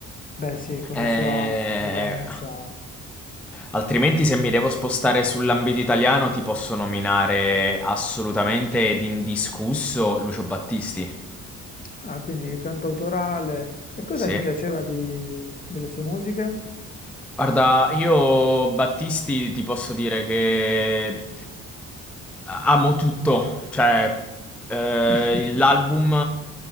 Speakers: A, on the left; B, in the centre.
A: Beh, sì, con
B: Eh,
A: la sua movenza.
B: Altrimenti se mi devo spostare sull'ambito italiano ti posso nominare assolutamente ed indiscusso Lucio Battisti.
A: Ah, quindi cantautorale. E cosa
B: Sì.
A: ti piaceva di- delle sue musiche?
B: Guarda, io Battisti ti posso dire che eh, amo tutto, cioè eh,
A: <laughs>
B: l'album